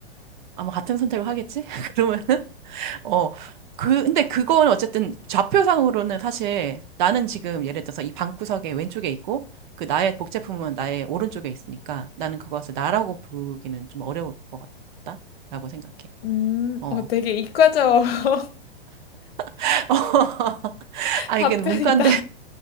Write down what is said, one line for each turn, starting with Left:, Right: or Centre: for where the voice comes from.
Right: 아마 같은 선택을 하겠지? <laughs> 그러면은 어, 그, 근데 그거는 어쨌든 좌표상으로는 사실 나는 지금 예를 들어서 이 방구석의 왼쪽에 있고 그 나의 복제품은 나의 오른쪽에 있으니까 나는 그것을 나라고 부르기는 좀 어려울 것 같다라고 생각해.
Left: 음,
Right: 어.
Left: 어, 되게 이과적 <laughs>
Right: <laughs> 아니,
Left: 답변이다.
Right: 이게 문과인데